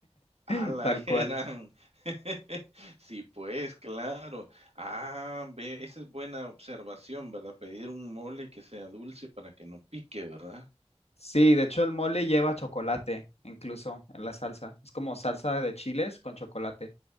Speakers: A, on the left; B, on the right.
A: <laughs>
B: A la
A: tal
B: gran.
A: cual.
B: <laughs> Sí, pues, claro. Ah, ve, esa es buena observación, ¿verdad? Pedir un mole que sea dulce para que no pique, ¿verdad?
A: Sí, de hecho el mole lleva chocolate, incluso en la salsa. Es como salsa de chiles con chocolate.